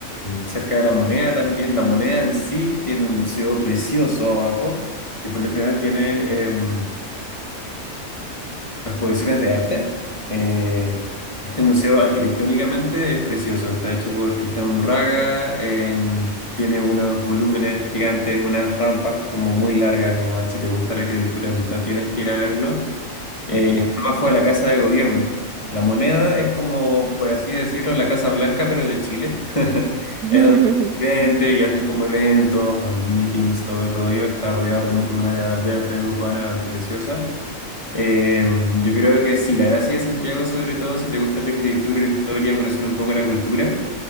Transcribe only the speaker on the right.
de
todo.
<laughs>